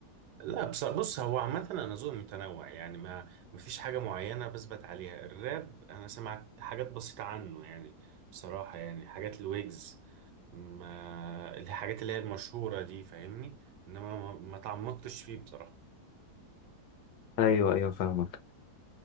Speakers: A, on the right (about 85°); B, on the left (about 75°).
A: لا بص بص هو عامه انا ذوقي متنوع يعني ما مفيش حاجه معينه بثبت عليها الراب انا سمعت حاجات بسيطه عنه يعني بصراحه يعني حاجات الويجز ما الحاجات اللي هي المشهوره دي فاهمني انما ما ما تعمقتش فيه بصراحه
B: ايوه ايوه فاهمك